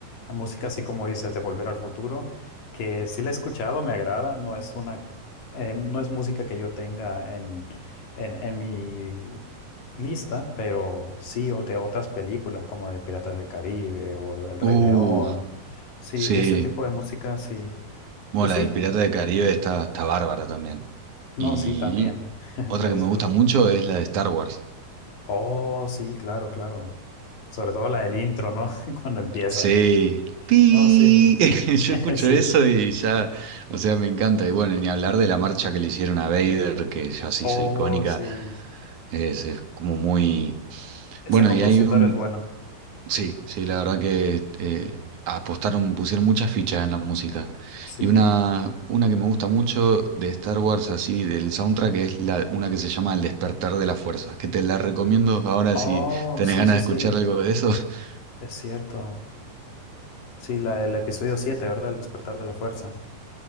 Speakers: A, on the left; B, on the right.
A: música así como dices, de Volver al Futuro, que sí la he escuchado, me agrada, no es una, eh, no es música que yo tenga en en, en mi lista, pero sí, o de otras películas como de Piratas del Caribe o del Rey
B: Uh,
A: León. Sí,
B: sí.
A: ese tipo de música, sí.
B: Bueno,
A: Pues
B: la
A: sí,
B: del Pirata de Caribe está, está bárbara también.
A: no,
B: Y
A: sí, también <laughs>
B: otra
A: la
B: que
A: disfruto.
B: me gusta mucho es la de Star Wars.
A: Oh, sí, claro, claro. Sobre todo la del intro, ¿no? <laughs> Cuando empieza.
B: Sí. Pi.
A: No, sí,
B: <laughs> Yo
A: <laughs>
B: escucho
A: sí.
B: eso y ya, o sea, me encanta. Y bueno, ni hablar de la marcha que le hicieron a Vader, que ya se
A: Oh,
B: hizo icónica,
A: sí.
B: es, es como muy...
A: Ese
B: Bueno,
A: compositor
B: y hay un,
A: es bueno.
B: Sí, sí, la verdad que eh, apostaron, pusieron muchas fichas en la música.
A: Sí.
B: Y una, una que me gusta mucho de Star Wars, así, del soundtrack, es la, una que se llama El despertar de la fuerza, que te la recomiendo ahora
A: Oh,
B: si tenés
A: sí,
B: ganas
A: sí,
B: de
A: sí.
B: escuchar algo de eso. <laughs>
A: Es cierto. Sí, la del episodio 7 ¿verdad? El despertar de la fuerza.